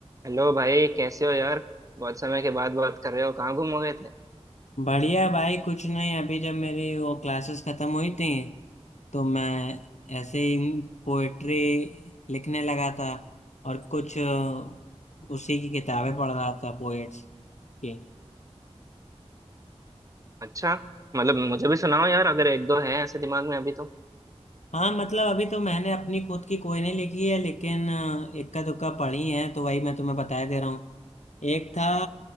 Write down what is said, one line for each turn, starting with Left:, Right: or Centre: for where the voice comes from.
Right: हेलो भाई कैसे हो यार बहुत समय के बाद बात कर रहे हो कहाँ गुम हो गए थे
Left: बढ़िया भाई कुछ नहीं अभी जब मेरी वो क्लासेस खत्म हुई थी तो मैं ऐसे ही पोएट्री लिखने लगा था और कुछ अ, उसी की किताबें पढ़ रहा था पोएट्स की
Right: अच्छा मतलब मुझे भी सुनाओ यार अगर एक दो हैं ऐसे दिमाग में अभी तो
Left: हाँ मतलब अभी तो मैंने अपनी खुद की कोई नहीं लिखी है लेकिन अ, इक्का दुक्का पढ़ी है तो वही मैं तुम्हें बताया दे रहा हूँ एक था